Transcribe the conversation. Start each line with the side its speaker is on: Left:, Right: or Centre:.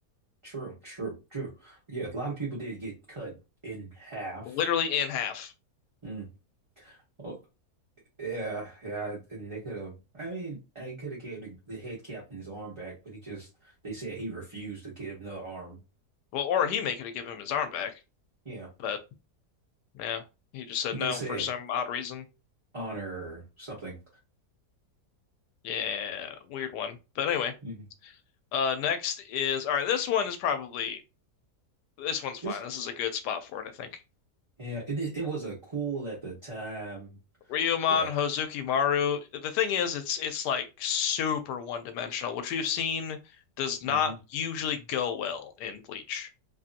Right: True, true, true. Yeah, a lot of people did get cut in half.
Left: literally in half.
Right: Mm. Oh, Yeah, yeah, and they could have. I mean, I could have gave the, the head captain his arm back, but he just they said he refused to give him another arm.
Left: Well, or he may could have given him his arm back,
Right: Yeah,
Left: but yeah, he just said
Right: he
Left: no
Right: just said
Left: for some odd reason.
Right: honor or something.
Left: Yeah, weird one. But anyway.
Right: hmm
Left: Uh, next is all right. This one is probably this one's fine.
Right: This,
Left: This is a good spot for it, I think.
Right: yeah, it it was a cool at the time,
Left: Ryuman
Right: but
Left: Hozuki Maru. The thing is, it's it's like super one dimensional, which we've seen does
Right: mhm.
Left: not usually go well in Bleach.